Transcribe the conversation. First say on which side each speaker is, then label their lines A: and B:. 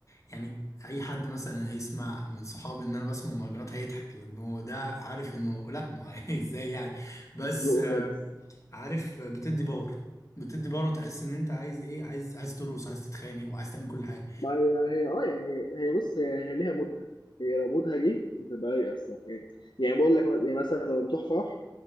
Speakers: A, on the left; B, on the left.
A: يعني اي حد مثلا هيسمع من صحابي ان انا بسمع مهرجانات هيضحك لانه ده عارف انه لا ما هي <laughs> ازاي يعني بس
B: مش ذوقه خالص
A: عارف بتدي باور بتدي باور وتحس ان انت عايز ايه عايز عايز ترقص عايز تتخانق وعايز تعمل كل حاجه
B: ما هي هي اه يعني هي هي بص هي, هي ليها مودها هي لو مودها جه بتبقى رايقه الصراحه يعني يعني بقول لك يعني مثلا لما بتروح فرح